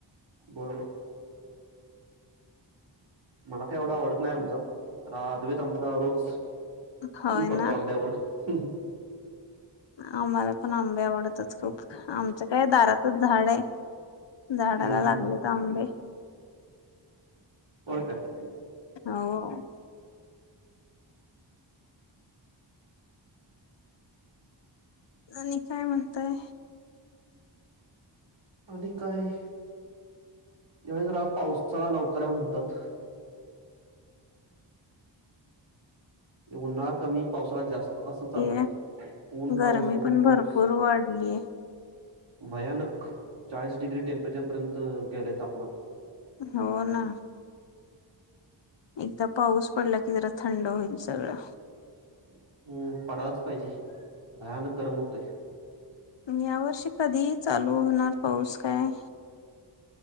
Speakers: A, on the right (about 75°); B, on the left (about 70°).
A: बरोबर. मला काय एवढं आवडत नाही आं चा खर अद्वैत आ त्याला रोज तूटून
B: होय
A: पडतो
B: ना
A: आंब्यावर. <inaudible>
B: आम्हाला पण आंबे आवडतात खूप. आमच्या काय दारातच झाड आहे, झाडाला
A: हम्म हम्म
B: लागलेत
A: हम्म
B: आंबे.
A: होय काय?
B: अ हो. आणि काय म्हणताय?
A: आणिक काय यावेळी जरा पावसाळा लवकर आहे म्हणतात. उन्हाळा कमी पावसाळा जास्त त असं चाललंय.
B: ये
A: ऊन
B: गरमी
A: पाऊस, ऊन
B: पण
A: पाऊस.
B: भरपूर वाढलीय
A: भयानक चाळीस डिग्री टेम्परेचरपर्यंत गेलेय तापमान.
B: हो ना. एकदा पाऊस पडला की जरा थंड होईल सगळं.
A: हम्म पडायलाच पाहिजे, भयानक गरम होतंय.
B: तुम्ही या वर्षी कधी चालू होणार पाऊस काय